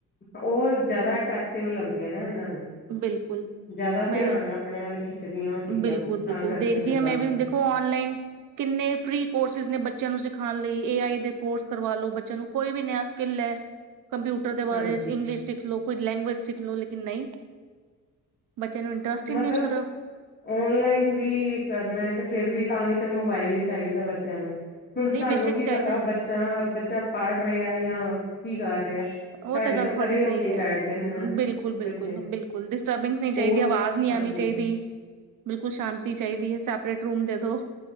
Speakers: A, on the left; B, on the right.
A: ਉਹ ਜ਼ਿਆਦਾ ਅਟਰੈਕਟਿਵ ਲੱਗਦੀਆਂ ਨਾ ਇਹਨਾਂ ਨੂੰ
B: ਬਿਲਕੁਲ
A: ਜ਼ਿਆਦਾ
B: ਮੈਂ
A: ਧਿਆਨ
B: ਵੀ
A: ਆਪਣੇ ਵੱਲ ਖਿੱਚਦੀਆਂ ਉਹ ਚੀਜ਼ਾਂ
B: ਬਿਲਕੁਲ
A: ਤਾਂ
B: ਬਿਲਕੁਲ
A: ਕਰਕੇ
B: ਦੇਖਦੀ
A: ਫੇਰ
B: ਹਾਂ
A: ਬਸ
B: ਮੈਂ ਵੀ ਹੁਣ ਦੇਖੋ ਨਲਾਈਨ ਕਿੰਨੇ ਫਰੀ ਕੋਰਸਿਸ ਨੇ ਬੱਚਿਆਂ ਨੂੰ ਸਿਖਾਉਣ ਲਈ ਏ ਆਈ ਦੇ ਕੋਰਸ ਕਰਵਾ ਲੋ ਬੱਚਿਆਂ ਨੂੰ ਕੋਈ ਵੀ ਨ ਸਕਿੱਲ ਹੈ ਕੰਪਿਊਟਰ ਦੇ ਬਾਰੇ
A: ਹਾਂਜੀ
B: ਇੰਗਲਿਸ਼ ਸਿੱਖ ਲਓ ਕੋਈ ਲੈਂਗੁਵੇਜ ਸਿੱਖ ਲੋ ਲਕਨ ਨਹੀਂ ਬੱਚਿਆਂ ਨੂੰ ਇੰਟਰਸਟ ਹੀ
A: ਮਤਲਬ
B: ਨਹੀਂ ਉਸ ਤਰਫ
A: ਓਨਲਾਈਨ ਵੀ ਕਰਨਾ ਹੈ ਤੇ ਫਿਰ ਵੀ ਤਾਂ ਵੀ ਤਾਂ ਮੋਬਾਇਲ ਹੀ ਚਾਹੀਦਾ ਬੱਚਿਆਂ ਨੂੰ ਹੁਣ
B: ਨਹੀਂ
A: ਸਾਨੂੰ
B: ਬੇਸ਼ੱਕ
A: ਕੀ ਪਤਾ
B: ਚਾਹੀਦਾ
A: ਬੱਚਾ ਬੱਚਾ ਪੜ ਰਿਹਾ ਜਾਂ ਕੀ ਕਰ ਰਿਹਾ
B: ਉਹ
A: ਸਾਡੇ
B: ਤਾਂ ਗੱਲ
A: ਤੋਂ
B: ਤੁਹਾਡੀ
A: ਪਰੇ
B: ਸਹੀ
A: ਹੋ ਕੇ
B: ਹੈ
A: ਬੈਠਦੇ ਨੇ ਨਾ
B: ਬਿਲਕੁਲ ਬਿਲਕੁਲ
A: ਬੱਚੇ
B: ਬਿਲਕੁਲ ਡਿਸਟਰਬੈਂਸ ਨਹੀਂ
A: ਕੋਲ
B: ਚਾਹੀਦੀ ਆਵਾਜ਼ ਨਹੀਂ
A: ਹਾਂਜੀ
B: ਆਉਣੀ ਚਾਹੀਦੀ ਬਿਲਕੁਲ ਸ਼ਾਂਤੀ ਚਾਹੀਦੀ ਹੈ ਸੈਪਰੇਟ ਰੂਮ ਦੇ ਦ